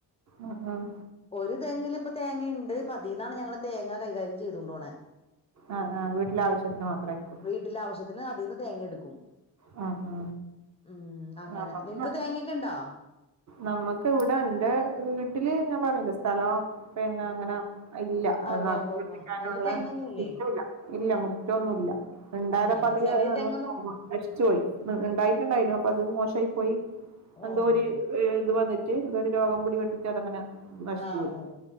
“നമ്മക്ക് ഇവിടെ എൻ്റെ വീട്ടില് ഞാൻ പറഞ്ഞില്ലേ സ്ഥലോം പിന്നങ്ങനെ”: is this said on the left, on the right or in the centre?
Right